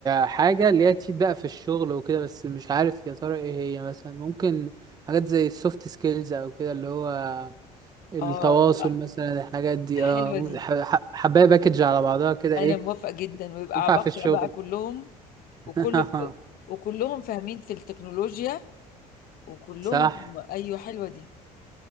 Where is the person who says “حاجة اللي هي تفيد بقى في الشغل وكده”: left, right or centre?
Right